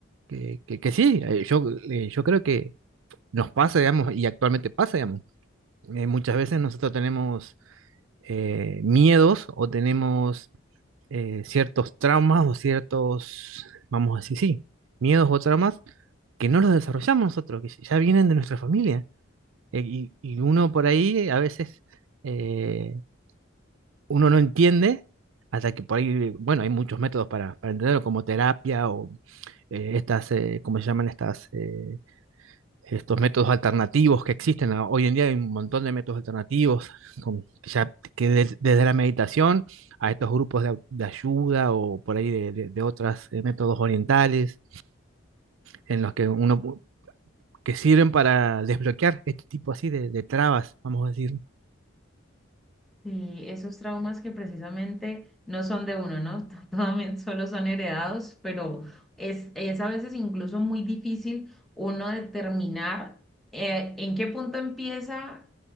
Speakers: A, on the right; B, in the centre.
A: que, que, que sí, eh, yo, eh, yo creo que nos pasa, digamos, y actualmente pasa, digamos. Eh, muchas veces nosotros tenemos eh, miedos o tenemos eh, ciertos traumas o ciertos, vamos a decir, sí, miedos o traumas que no los desarrollamos nosotros, que ya vienen de nuestra familia. Eh, y, y uno por ahí eh, a veces eh, uno no entiende hasta que por ahí, bueno, hay muchos métodos para, para entenderlo, como terapia o eh, estas, eh, ¿cómo se llaman estas? eh, estos métodos alternativos que existen. ¿no? Hoy en día hay un montón de métodos alternativos, con- ya que de- desde la meditación a estos grupos de, au- de ayuda o por ahí de, de, de otros métodos orientales, en los que uno pu- que sirven para desbloquear este tipo así de, de trabas, vamos a decir.
B: Sí, esos traumas que precisamente no son de uno, ¿no? <laughs> Totalmente solo son heredados, pero es, es a veces incluso muy difícil uno determinar eh, en qué punto empieza,